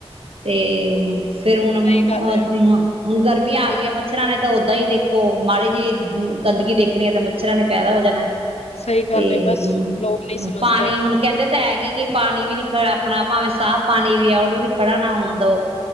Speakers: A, on the right; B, on the left.
A: ਤੇ ਫੇਰ ਹੁਣ ਉਹ
B: ਸਹੀ ਗੱਲ ਹੈ,
A: ਹੁਣ ਗਰਮੀ ਆ ਗਈ ਮੱਛਰਾਂ ਨੇ ਤਾਂ ਓਦਾਂ ਹੀ ਦੇਖੋ ਮਾੜੇ ਜਿਹੀ ਗੰਦਗੀ ਦੇਖ ਣੀ ਹੈ ਤਾਂ ਮੱਛਰਾਂ ਨੇ ਪੈਦਾ ਹੋ ਜਾਣਾ
B: ਸਹੀ ਗੱਲ
A: ਤੇ
B: ਹੈ ਬਸ
A: ਹ
B: ਲੋਕ ਨਹੀਂ ਸਮਝਦੇ
A: ਪਾਣੀ ਹੁਣ ਕਹਿੰਦੇ ਤਾਂ ਹੈ ਪਾਣੀ ਵੀ ਨੀ ਖੜਾ ਆਪਣਾ ਭਾਵੇਂ ਸਾਫ਼ ਪਾਣੀ ਵੀ ਆ ਉਹਨੂੰ ਵੀ ਖੜਾ ਨਾ ਹੋਣ ਦਿਓ